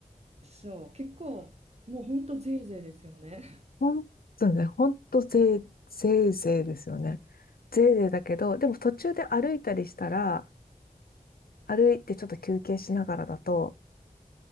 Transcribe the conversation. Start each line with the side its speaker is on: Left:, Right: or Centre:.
Right: しょう。結構もうほんとぜいぜいですよね。<laughs>
Left: ほんとね、ほんとぜい、ぜいぜいですよね。ぜいぜいだけど、でも途中で歩いたりしたら、歩いてちょっと休憩しながらだと、